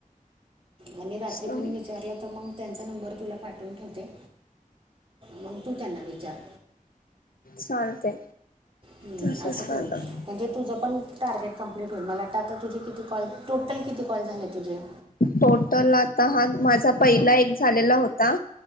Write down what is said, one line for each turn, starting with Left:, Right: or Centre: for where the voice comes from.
Right: आणि रात्री
Left: चालेल
Right: कोणी विचारलालं तर मग त्यांचा नंबर तुला पाठवून ठेवते मग तू त्यांना विचार
Left: चालते
Right: हं,
Left: तसचत
Right: असं करू म्हणजे तुझं पण टार्गेट कंप्लीट होईलला वाटत आता तुझ किती कॉल टोट किती कॉल झाले तुझे
Left: टोटल आता हा माझा पहिला एक झालेला होता